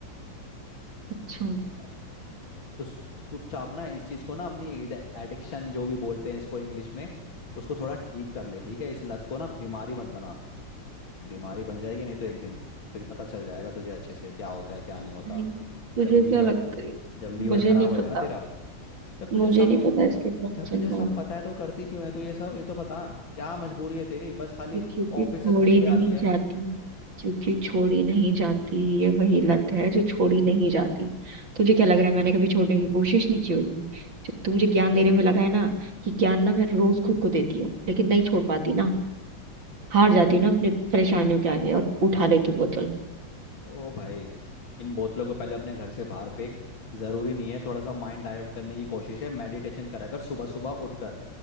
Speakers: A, on the right; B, on the left.
A: अच्छा
B: पर तो स- चुपचाप ना इस चीज़ को ना अपनी एडिक्शन जो भी बोलते हैं इसको इंग्लिश में उसको थोड़ा ठीक कर ले ठीक है इस लत को ना बीमारी मत बना बीमारी बन जाएगी नहीं तो एक दिन फिर पता चल जाएगा तुझे अच्छे से क्या होता है क्या नहीं होता
A: नहीं, तुझे
B: जब लीवर
A: क्या लगता है
B: जब लीवर
A: मुझे
B: खराब
A: नहीं
B: होएगा
A: पता
B: ना तेरा तब तुझे
A: मुझे
B: सब
A: नहीं पता इसके प्रॉस
B: जब
A: एंड
B: तुझे सब पता है तो करती क्यों है तू ये सब ये तो बता क्या मजबूरी है तेरी बस खाली
A: ये क्योंकि
B: ऑफिस
A: छोड़ी
B: से थक के
A: नहीं
B: आती है
A: जाती क्योंकि छोड़ी नहीं जाती ये वही लत है जो छोड़ी नहीं जाती तुझे क्या लग रहा है मैंने कभी छोड़ने की कोशिश नहीं की होगी जो तू मुझे ज्ञान देने में लगा है ना कि ज्ञान ना मैं रोज खुद को देती हूँ लेकिन नहीं छोड़ पाती ना हार जाती हूँ ना अपने परेशानियों के आगे और उठा लेती हूँ बोतल
B: ओ भाई इन बोतलों को पहले अपने घर से बाहर फेंक जरूरी नहीं है थोड़ा सा माइंड डाइवर्ट करने की कोशिश है मेडिटेशन करा कर सुबह सुबह उठकर